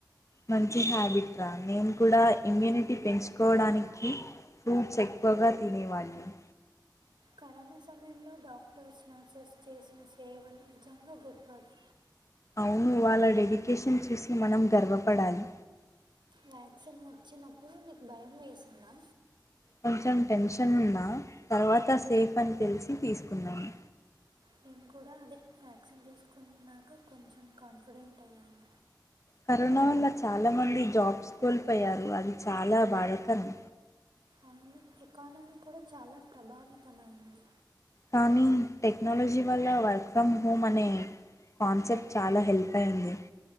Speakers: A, on the left (about 40°); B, on the right (about 80°).
A: మంచి హ్యాబిట్ రా నేను కూడా ఇమ్యూనిటీ పెంచుకోవడానికి ఫ్రూట్స్ ఎక్కువగా తినేవాళ్ళం
B: కరోనా సమయంలో డాక్టర్స్, నర్సెస్, చేసిన సేవలు నిజంగా గొప్పవి.
A: అవునూ, వాళ్ళ డెడికేషన్ చూసి మనం గర్వపడాలి.
B: వ్యాక్సిన్ ఒచ్చినప్పుడు నీకు భయం వేసిందా
A: కొంచెం టెన్షన్ ఉన్నా తర్వాత సేఫ్ అని తెలిసి తీసుకున్నాను.
B: నేన్ కూడా అదే వ్యాక్సిన్ తీసుకున్నాక కొంచెం కాన్ఫిడెంట్ అయ్యాను.
A: కరోనా వల్ల చాలా మంది జాబ్స్ కోల్పోయారు అది చాలా బాధాకరం.
B: అన్నీ ఎకానమీ కూడా చాలా ప్రభావితమైంది.
A: కానీ టెక్నాలజీ వల్ల వర్క్ ఫ్రమ్ హోమ్ అనే కాన్సెప్ట్ చాలా హెల్ప్ అయింది